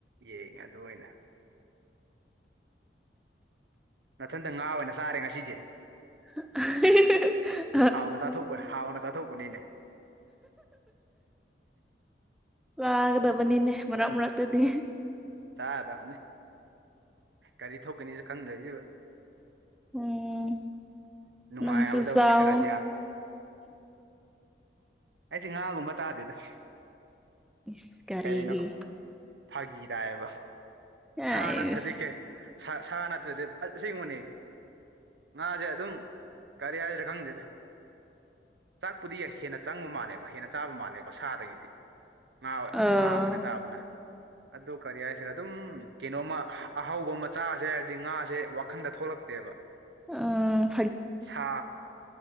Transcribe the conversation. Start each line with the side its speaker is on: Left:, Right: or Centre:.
Right: ꯌꯦꯡꯉꯦ ꯑꯗꯨ ꯑꯣꯏꯅ꯫ ꯅꯊꯟꯇ ꯉꯥ ꯑꯣꯏꯅ ꯆꯥꯔꯦ ꯉꯁꯤꯗꯤ꯫
Centre: ‌ <unintelligible>
Right: ꯍꯥꯎꯅ ꯆꯥꯊꯣꯛꯄ ꯍꯥꯎꯅ ꯆꯥꯊꯣꯛꯄꯅꯤꯅꯦ꯫
Centre: ꯆꯥꯒꯗꯕꯅꯤꯅꯦ ꯃꯔꯛ ꯃꯔꯛꯇꯗꯤ꯫
Right: ꯆꯥꯒꯗꯝꯅꯤ꯫ ꯀꯔꯤ ꯊꯣꯛꯀꯅꯤꯁ ꯈꯪꯗꯕꯤ
Centre: ꯎꯝ
Right: ꯅꯨꯡꯉꯥꯏꯍꯧꯗꯕꯅꯦ
Centre: ꯅꯪꯁꯨ ꯆꯥꯎ
Right: ꯈꯔꯗꯤ ꯍꯥ ꯑꯩꯁꯦ ꯉꯥꯒꯨꯝꯕ ꯆꯥꯗꯦꯗ
Centre: ꯏꯁ ꯀꯔꯤꯒꯤ
Right: ꯀꯩꯅꯣ ꯐꯥꯒꯤ ꯇꯥꯢꯌꯦꯕ
Centre: ꯑꯥꯏꯁ
Right: ꯁꯥ ꯅꯠꯇ꯭ꯔꯗꯤ ꯀꯦ ꯁꯥ ꯁꯥ ꯅꯠꯇ꯭ꯔꯗꯤ ꯑꯁꯦꯡꯕꯅꯤ ꯉꯥꯖꯦ ꯑꯗꯨꯝ ꯀꯔꯤ ꯍꯥꯢꯁꯤꯔꯥ ꯈꯪꯗꯦꯗ ꯆꯥꯛꯄꯨꯗꯤ ꯍꯦꯟꯅ ꯆꯪꯕ ꯃꯥꯜꯂꯦꯕ ꯍꯦꯟꯅ ꯆꯥꯕ ꯃꯥꯜꯂꯦꯕ ꯁꯥꯗꯒꯤꯗꯤ ꯉꯥ
Centre: ꯑꯥ
Right: ꯉꯥ ꯑꯣꯏꯅ ꯆꯥꯕꯅ꯫ ꯑꯗꯨ ꯀꯔꯤ ꯍꯥꯏꯁꯤꯔ ꯑꯗꯨꯝ ꯀꯩꯅꯣꯃ ꯑꯍꯥꯎꯕ ꯃꯆꯥꯁꯦ ꯍꯥꯏꯔꯗꯤ ꯉꯥꯖꯦ ꯋꯥꯈꯟꯗ꯫ ꯊꯣꯛꯂꯛꯇꯦꯕ꯫
Centre: ꯎꯪ
Right: ꯁꯥ